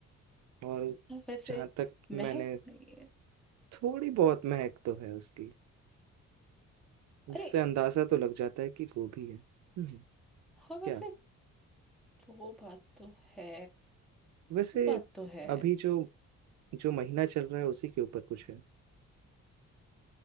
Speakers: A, on the right; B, in the centre.
A: और
B: हाँ, वैसे
A: जहाँ तक
B: महक
A: मैंने
B: नहीं है
A: थोड़ी बहुत महक तो है उसकी जिससे
B: अरे
A: अंदाजा तो लग जाता है कि गोभी है हम्म
B: हाँ वैसे
A: क्या
B: वो बात तो है
A: वैसे
B: वो बात तो है
A: अभी जो जो महीना चल रहा है उसी के ऊपर कुछ है